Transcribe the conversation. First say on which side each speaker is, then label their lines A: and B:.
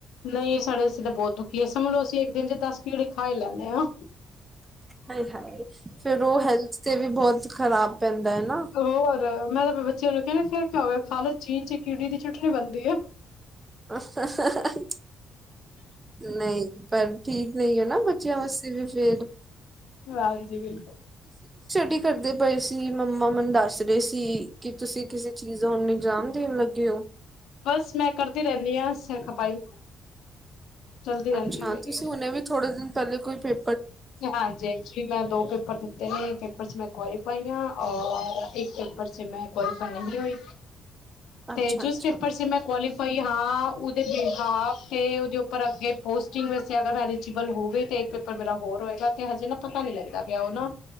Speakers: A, on the left; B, on the right.
A: ਨਹੀਂ ਸਾਡੇ ਤਾਂ ਬਹੁਤ ਔਖੀ ਹੈ ਸਮਝ ਲੋ ਅਸੀਂ ਇੱਕ ਦਿਨ ਚ ਦੱਸ ਕੀੜੇ ਖਾਈ ਲੈਂਦੇ ਹਾਂ
B: ਆਇ ਹਾਯ ਫੇਿਰ ਉਹ ਹੈਲਥ ਤੇ ਵੀ ਬਹੁਤ ਖ਼ਰਾਬ ਪੈਂਦਾ ਹੈ ਨਾ
A: ਹੋਰ ਮੈਂ ਤਾਂ <unintelligible> ਚੋ ਕਹਿੰਦੇ ਫਿਰ ਕਿਆ ਹੋਆ ਖਾਲਾ ਚੀਨ ਚ ਕੀੜ ਦੀ ਚਟਨੀ ਬਣਦੀ ਹੈ
B: ਅਹ ਅਹ ਨਹੀਂ ਪਰ ਠੀਕ ਨਹੀਂ ਹੈ ਨਾ ਬੱਚਿਆਂ ਵਾਸਤੇ ਤੇ ਵੀ ਫੇਰ
A: ਹਾਂਜੀ ਬਿਲਕੁਲ।
B: ਕੀ ਕਰਦੇ ਪਏ ਸੀ ਮੰਮਾ ਮੈਨੂੰ ਦੱਸ ਰਹੇ ਸੀ। ਕੀ ਤੁਸੀਂ ਕਿਸੇ ਚੀਜ਼ <unintelligible> ਨਹੀਂ ਜਾਣ ਦੇਣ ਲੱਗੇ ਓ।
A: ਬਸ ਮੈਂ ਕਰਦੀ ਰਹਿੰਨੀ ਆ ਸਿਰ ਖਪਾਈ। ਚਲਦੀ ਰਹਿੰਦੀ
B: ਅੱਛਾ
A: ਮੇਰੀ।
B: ਤੁਸੀਂ ਹੁਣੇ ਵੀ ਥੋੜੇ ਦਿਨ ਪਹਿਲੇ ਕੋਈ ਪੇ
A: ਹਾਂਜੀ ਐਕਚੁਲੀ ਮੈਂ ਦੋ ਪੇਪਰ ਦਿੱਤੇ ਨੇ ਪੇਪਰ ਚ ਮੈਂ ਕੁਆਾਲੀਫਾਈ ਆ ਔਰ ਇੱਕ ਪੇਪਰ ਹਜੇ ਮੈਂ ਕੁਆਲੀਫਾਈ ਨਹੀਂ ਹੋਈ।
B: ਅੱਛਾ
A: ਤੇ ਜਿਸ
B: ਅੱਛਾ
A: ਪੇਪਰ ਚ ਮੈਂ ਕੁਆਲ ਭਾਈ ਹਾਂ ਉਹਦੇ ਬਿਹਾਫ ਤੇ ਉਹਦੇ ਉੱਪਰ ਅੱਗੇ ਪੋਸਟਿੰਗ ਵੈਸੇ ਅਗਰ ਐਲੀਜੀਬਲ ਹੋਵੇ ਤੇ ਇੱਕ ਪੇਪਰ ਬਿਰਾ ਹੋਰ ਹੋਏਗਾ ਤੇ ਹਜੇ ਨਾ ਪਤਾ ਨੀ ਲੱਗਦਾ ਪਿਆ ਉਹ ਨਾ,